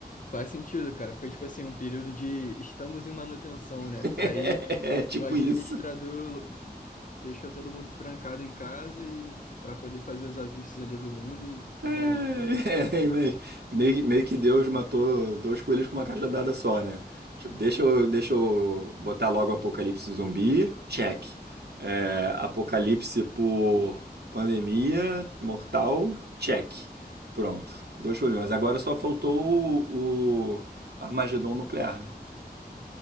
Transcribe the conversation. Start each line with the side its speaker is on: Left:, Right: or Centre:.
Left: faz sentido, cara. Foi tipo assim, um período de estamos em manutenção, né?
Right: <laughs>
Left: Aí
Right: É tipo
Left: o administrador
Right: isso.
Left: deixou todo mundo trancado em casa e para poder fazer os ajustes ali do mundo e,
Right: É,
Left: e valeu.
Right: <laughs> é, mas meio, que- meio que Deus matou dois coelhos com uma cajadada só, né? Tipo, deixa eu, deixa eu botar logo Apocalipse zumbi, check. É, Apocalipse por pandemia mortal, check. Pronto, dois problemas. Agora só faltou o, o Armagedon nuclear, né?